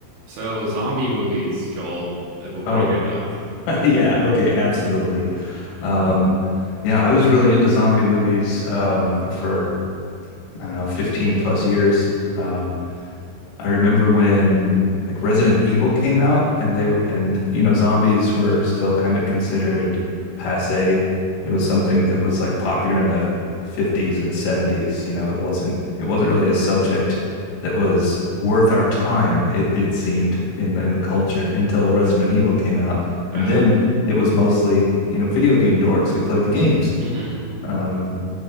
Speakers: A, on the right; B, on the left.
A: So zombie movies, Joel. uh, wh- What
B: Oh,
A: are your thoughts? <laughs>
B: <laughs> yeah. Okay. Absolutely. Um, yeah, I was really into zombie movies um, for, I don't know, 15 plus years. Um, I remember when like Resident Evil came out and they were- and you know zombies were still kind of considered passé. It was something that was like popular in the 50s and 70s, you know, it wasn't it wasn't really a subject that was worth our time, it, it seemed in the in the culture until Resident Evil came out.
A: Ah,
B: And then it was mostly, you know, video game dorks who played the games.
A: mhm.
B: Um,